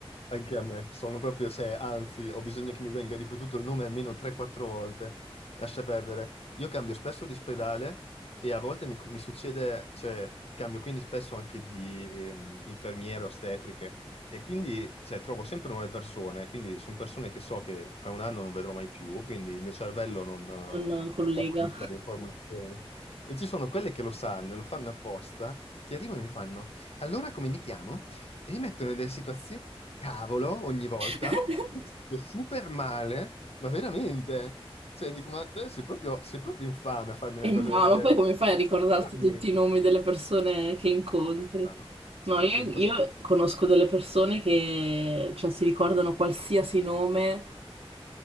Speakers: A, on the left; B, on the right.
A: Anche a me, sono proprio, cioè, anzi, ho bisogno che mi venga ripetuto il nome almeno 3-4 volte. Lascia perdere. Io cambio spesso di ospedale e a volte mi, mi succede, cioè, cambio quindi spesso anche di ehm, infermiere, ostetriche e quindi, cioè, trovo sempre nuove persone. Quindi sono persone che so che fra un anno non vedrò mai più, quindi il mio cervello non
B: Non collega.
A: eh, metabolizza l'informazione. E ci sono quelle che lo sanno e lo fanno apposta, che arrivano e mi fanno: Allora come mi chiamo? E mi mettono in delle situazioni cavolo ogni volta.
B: <laughs>
A: E mi sento super male, ma veramente. Cioè, dico, ma te sei proprio, sei proprio infame a farmi
B: E
A: una cosa
B: no,
A: del
B: ma
A: genere.
B: poi come fai a ricordarti
A: Allora,
B: tutti
A: niente.
B: i nomi delle persone che incontri?
A: Questi Sono, sono
B: No, io,
A: 100
B: io
A: so-
B: conosco delle persone che, cioè, si ricordano qualsiasi nome,